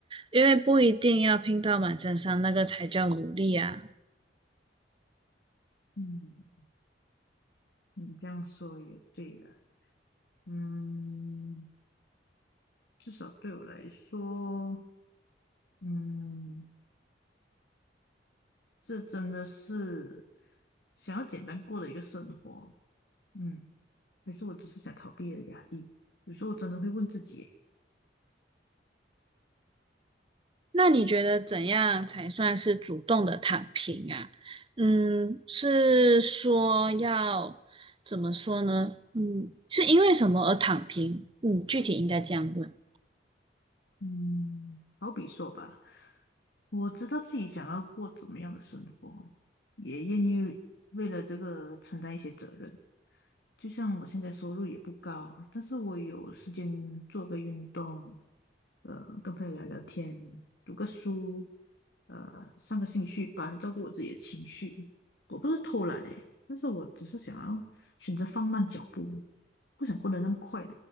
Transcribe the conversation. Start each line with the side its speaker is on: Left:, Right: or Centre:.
Right: 因为不一定要拼到满身伤，那个才叫努力啊。
Left: 嗯，你这样说也对了。嗯，至少对我来说，嗯，这真的是想要简单过的一个生活。嗯，还是我只是想逃避的压力。有时候我真的会问自己耶
Right: 那你觉得怎样才算是主动的躺平啊？嗯，是说要怎么说呢？嗯，是因为什么而躺平？嗯，具体应该这样问。
Left: 嗯，好比说吧，我知道自己想要过怎么样的生活，也愿意为了这个承担一些责任，就像我现在收入也不高，但是我有时间做个运动，呃，跟朋友聊聊天，读个书，呃，上个兴趣班，照顾我自己的情绪。我不是偷懒的，但是我只是想要选择放慢脚步，不想过得那么快了，